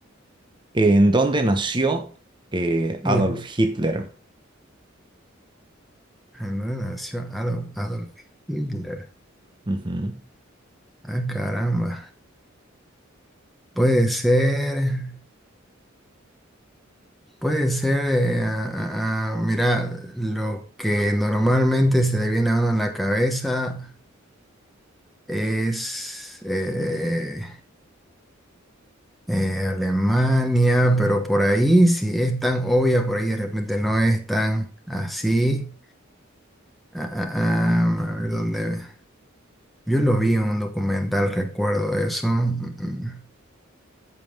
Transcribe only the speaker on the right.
¿En dónde nació eh,
Adolf Hitler?
Ujú,